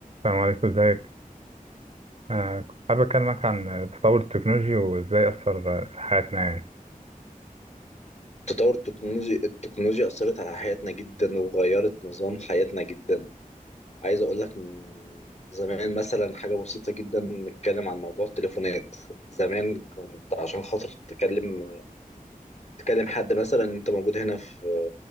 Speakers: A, on the right; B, on the left.
A: السلام عليكم ازيك آه كنت حابب اكلمك عن تطور التكنولوجيا وازاي اثر آه، في حياتنا يعني
B: تطور التكنولوجيا التكنولوجيا أثرت على حياتنا جدا وغيرت نظام حياتنا جدا عايز أقول لك من زمان مثلا حاجة بسيطة جدا نتكلم عن موضوع التليفونات زمان كنت عشان خاطر تتكلم تكلم حد مثلا أنت موجود هنا في